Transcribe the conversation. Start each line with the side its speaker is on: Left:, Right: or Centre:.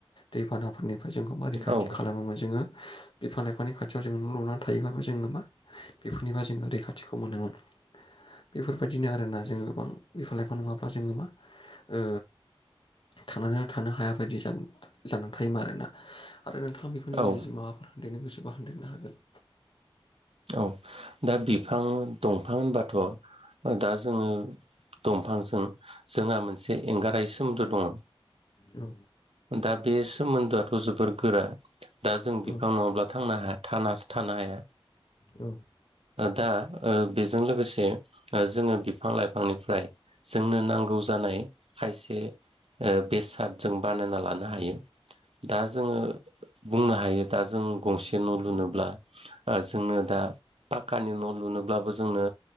Left: दैबानाफोरनि फ्राय जोंखौ मा रैखाथि
Right: औ
Left: खालामो मोन जोङो बिफां लाइफांनि खाथियाव जोङो न' लुनानै थायोबाबो जोङो मा बेफोरनिफ्राय जोङो रैखाथिखौ मोनोमोन। बेफोरबायदिनो आरोना जोङो गोबां बिफां लाइफां नङाबा जोङो मा ओ थांनानै थानो हायाबायदि जानानै थायोमोन आरोना। नोंथांङा बेफोरनि
Right: औ
Left: गेजेरजों माबाफोर होनदेरनो गोसोबा होनदेरनो हागोन‌।
Right: औ दा बिफां दंफां होनबाथ' दा जोङो दंफांजों जोंहा मोनसे एंगारहायै सोमोन्दो दङ।
Left: औ
Right: दा बे सोमोन्दोआथ' जोबोर गोरा दा जों बिफां
Left: औ
Right: नङाब्लाथाय' थांना हाया थाना थाना हाया।
Left: औ
Right: दा बेजों लोगोसे जोङो बिफां लाइफांनिफ्राय जोंनो नांगौ जानाय खायसे बेसाद जों बानायना लानो हायो।। दा जोङो बुंनो हायो दा जों गंसे न' लुनोब्ला जोंनो दा पाक्कानि न' लुनोब्लाबो जोंनो